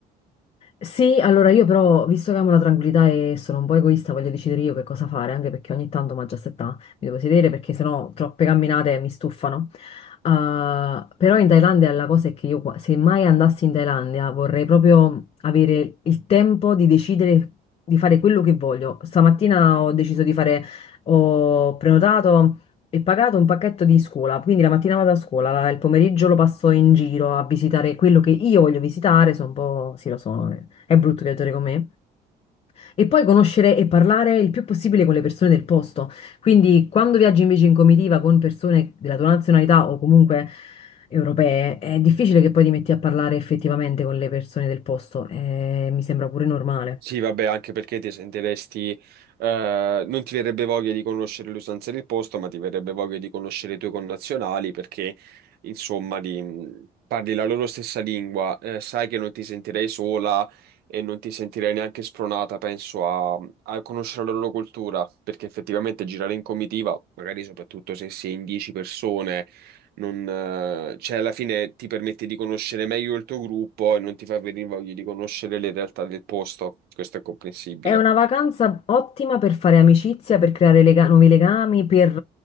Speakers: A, on the left; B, on the right.
A: Sì, allora io però, visto che amo la tranquillità e sono un po' egoista, voglio decidere io che cosa fare, anche perché ogni tanto, ma già settà, mi devo sedere perché sennò troppe camminate mi stufano. Uh, però in Thailandia la cosa è che io, qua- se mai andassi in Thailandia, vorrei proprio avere il tempo di decidere di fare quello che voglio. Stamattina ho deciso di fare, ho prenotato e pagato un pacchetto di scuola, quindi la mattina vado a scuola, la- il pomeriggio lo passo in giro a visitare quello che io voglio visitare, sono un po', sì lo so, eh. È brutto viaggiare con me. E poi conoscere e parlare il più possibile con le persone del posto. Quindi quando viaggi invece in comitiva con persone della tua nazionalità o comunque europee, è difficile che poi ti metti a parlare effettivamente con le persone del posto. Eh, mi sembra pure normale.
B: Sì, vabbè, anche perché ti sentiresti, eh, non ti verrebbe voglia di conoscere le usanze del posto, ma ti verrebbe voglia di conoscere i tuoi connazionali perché, insomma, di, mm, parli la loro stessa lingua, eh, sai che non ti sentirei sola e non ti sentirei neanche spronata, penso, a, a conoscere la loro cultura, perché effettivamente girare in comitiva, magari soprattutto se si è in 10 persone Non, eh, cioè, alla fine ti permette di conoscere meglio il tuo gruppo e non ti fa venire voglia di conoscere le realtà del posto. Questo è comprensibile.
A: È una vacanza ottima per fare amicizia, per creare lega- nuovi legami, per